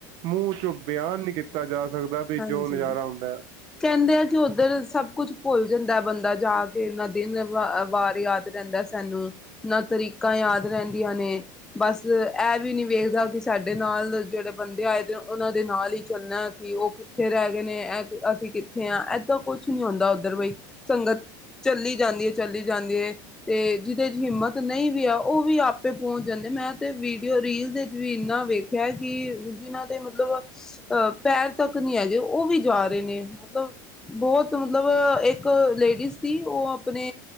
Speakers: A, on the right (about 45°); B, in the centre.
A: ਮੂੰਹ ਚੋਂ ਬਿਆਨ ਨਹੀਂ ਕੀਤਾ ਜਾ ਸਕਦਾ। ਵੀ
B: ਹਾਂਜੀ।
A: ਜੋ ਨਜ਼ਾਰਾ ਹੁੰਦਾ ਹੈ
B: ਕਹਿੰਦੇ ਐ ਕਿ ਉੱਧਰ ਸਭ ਕੁਛ ਭੁੱਲ ਜਾਂਦਾ ਏ ਬੰਦਾ ਜਾ ਕੇ, ਨਾ ਦਿਨ ਵਾ ਵਾਰ ਯਾਦ ਰੇਂਦਾ ਸਾਨੂੰ, ਨਾ ਤਰੀਕਾਂ ਯਾਦ ਰੈਂਦੀਆਂ ਨੇ। ਬਸ ਇਹ ਵੀ ਨਹੀਂ ਵੇਖਦਾ, ਕਿ ਸਾਡੇ ਨਾਲ ਜਿਹੜੇ ਬੰਦੇ ਆਏ ਦੇ, ਉਹਨਾਂ ਦੇ ਨਾਲ ਈ ਚੱਲਣਾ ਏ ਅਸੀ, ਉਹ ਕਿੱਥੇ ਰਹਿ ਗਏ ਨੇ, ਇਹ ਅਸੀਂ ਕਿੱਥੇ ਆ? ਏਦਾਂ ਕੁਛ ਨੀ ਹੁੰਦਾ ਉੱਧਰ ਬਈ, ਸੰਗਤ ਚੱਲੀ ਜਾਂਦੀ ਏ, ਚੱਲੀ ਜਾਂਦੀ ਏ। ਤੇ ਜਿਹਦੇ ਚ ਹਿੰਮਤ ਨਈ ਵੀ ਆ, ਉਹ ਵੀ ਆਪੇ ਪਹੁੰਚ ਜਾਂਦੇ, ਮੈਂ ਤੇ ਵੀਡੀਓ ਰੀਲਜ਼ ਇੱਚ ਵੀ ਇਨਾ ਵੇਖ ਕਿਹਾ ਕਿ ਜਿਹਨਾਂ ਦੇ ਮਤਲਬ ਸੀ ਅਹ ਪੈਰ ਤੱਕ <unintelligible> ਨੀ ਹੈਜੇ ਓਵੀ ਜਾ ਰੇ ਨੇ, ਮਤਲਬ ਬਹੁਤ ਮਤਲਬ ਇੱਕ ਲੇਡੀਜ਼ ਸੀ ਔਹ ਆਪਣੇ